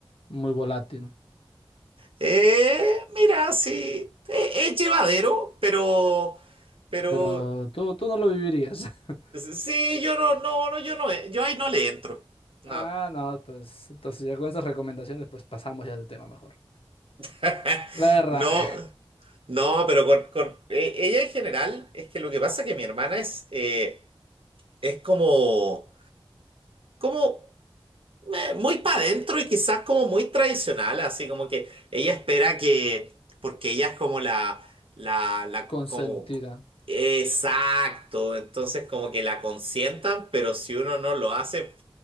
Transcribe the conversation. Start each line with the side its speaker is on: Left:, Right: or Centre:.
Left: Muy volátil.
Right: Eh, mira, sí, eh, es, llevadero, pero, pero,
Left: Pero tú, tú no lo vivirías. <laughs>
Right: sí, yo no, no, no, yo no, yo ahí no le entro. No.
Left: Ah, no, pues entonces ya con esas recomendaciones, pues pasamos ya del tema mejor.
Right: <laughs>
Left: La verdad,
Right: No, no, pero con, con- e- ella en general, es que lo que pasa es que mi hermana es, eh, es como, como eh, muy para adentro y quizás como muy tradicional, así como que ella espera que, porque ella es como la, la, la,
Left: consentida.
Right: como, exacto, entonces como que la consientan, pero si uno no lo hace,